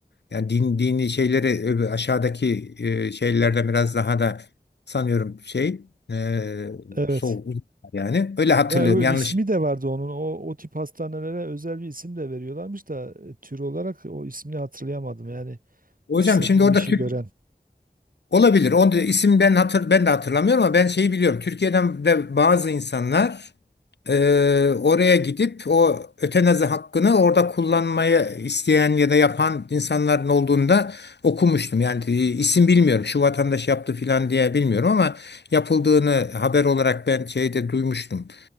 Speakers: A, on the left; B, on the right.
A: Yani din, dini şeyleri öbür- aşağıdaki e, şeylerden biraz daha da sanıyorum şey. Ee,
B: Evet.
A: soğuk yani. Öyle hatırlıyorum.
B: Ya o ismi
A: Yanlış.
B: de vardı onun. O o tip hastanelere özel bir isim de veriyorlarmış da e, tür olarak o ismini hatırlayamadım. Yani
A: Hocam
B: sırf
A: şimdi
B: o
A: orada
B: işi
A: Türk
B: gören.
A: olabilir. O da isim ben hatır ben de hatırlamıyorum ama ben şeyi biliyorum. Türkiye'den de bazı insanlar e, oraya gidip o ötenazi hakkını orada kullanmayı isteyen ya da yapan insanların olduğunda okumuştum. Yani e, isim bilmiyorum. Şu vatandaş yaptı filan diye bilmiyorum ama yapıldığını haber olarak ben şeyde duymuştum.